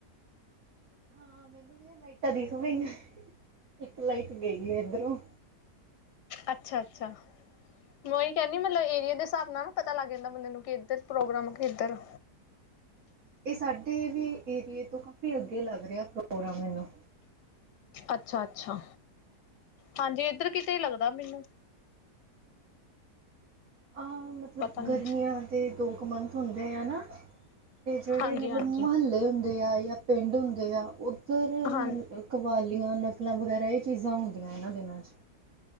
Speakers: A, on the right; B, on the left.
A: ਹਾਂ ਮੈਨੂੰ ਵੀ ਆ ਲਾਈਟਾਂ ਦਿਸ ਪਈਆਂ ਇੱਕ ਲਾਈਟ ਗਈ ਆ ਇਧਰੋਂ।
B: ਅੱਛਾ-ਅੱਛਾ। ਮੈਂ ਉਹੀ ਕਹਿੰਨੀ ਮਤਲਬ ਏਰੀਏ ਦੇ ਹਿਸਾਬ ਨਾ ਪਤਾ ਲੱਗ ਜਾਂਦਾ ਬੰਦੇ ਨੂੰ ਕਿੱਧਰ ਪ੍ਰੋਗਰਾਮ ਕਿੱਧਰ।
A: ਇਹ ਸਾਡੇ ਵੀ ਏਰੀਏ ਤੋਂ ਵੀ ਅੱਗੇ ਲੱਗ ਰਿਹਾ ਪ੍ਰੋਗਰਾਮ ਮੈਨੂੰ।
B: ਅੱਛਾ ਅੱਛਾ ਹਾਜੀ ।ਇੱਧਰ ਕਿਤੇ ਲੱਗਦਾ ਮੈਨੂੰ।
A: ਹਾਂ ਮਤਲਬ
B: ਪਤਾ ਨੀ
A: ਗਰਮੀਆਂ ਦੇ ਦੋ ਕੁ ਮੰਥ ਹੁੰਦੇ ਹੈ ਨਾ ਤੇ ਜਿਹੜੇ
B: ਹਾਂਜੀ
A: ਮਤਲਬ
B: ਹਾਂਜੀ
A: ਮੁਹੱਲੇ ਹੁੰਦੇ ਆ ਜਾਂ ਪਿੰਡ ਹੁੰਦੇ ਉਹ
B: ਹਾਂ
A: ਕਵਾਲੀ ਨਕਲਾਂ ਵਗੈਰਾ ਇਹ ਚੀਜ਼ਾਂ ਹੁੰਦੀਆਂ ਇਹਨਾਂ ਦਿਨਾਂ 'ਚ